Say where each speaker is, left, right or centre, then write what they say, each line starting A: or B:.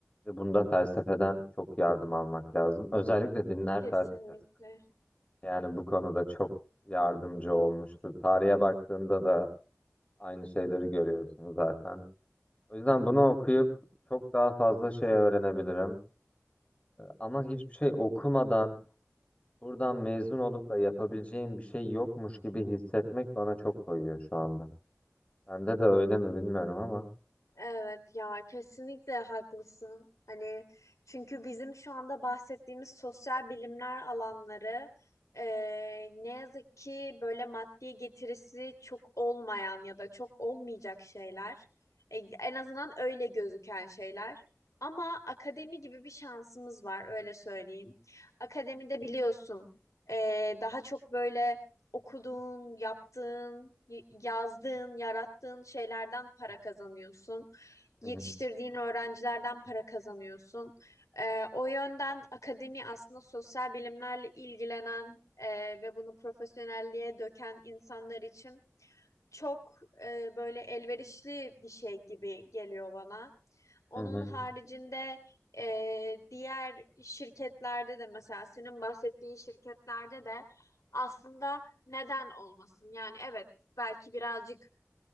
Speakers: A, on the left; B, on the left.
A: Ve bunda felsefeden çok yardım almak lazım. Özellikle dinler
B: Kesinlikle.
A: felsefesi. Yani bu konuda çok yardımcı olmuştu. Tarihe baktığında da Aynı şeyleri görüyorsunuz zaten. O yüzden bunu okuyup çok daha fazla şey öğrenebilirim. Ama hiçbir şey okumadan buradan mezun olup da yapabileceğim bir şey yokmuş gibi hissetmek bana çok koyuyor şu anda. Sende de öyle mi bilmiyorum ama.
B: Evet ya kesinlikle haklısın. Hani çünkü bizim şu anda bahsettiğimiz sosyal bilimler alanları eee, ne yazık ki böyle maddi getirisi çok olmayan ya da çok olmayacak şeyler. E, en azından öyle gözüken şeyler. Ama akademi gibi bir şansımız var öyle söyleyeyim. Akademide biliyorsun eee, daha çok böyle okuduğun, yaptığın, y- yazdığın, yarattığın şeylerden para kazanıyorsun
A: Hı
B: yetiştirdiğin
A: hı.
B: öğrencilerden para kazanıyorsun. Ee, o yönden akademi aslında sosyal bilimlerle ilgilenen e, ve bunu profesyonelliğe döken insanlar için çok e, böyle elverişli bir şey gibi geliyor bana. Onun
A: Hı hı.
B: haricinde e, diğer şirketlerde de mesela senin bahsettiğin şirketlerde de aslında neden olmasın? Yani evet belki birazcık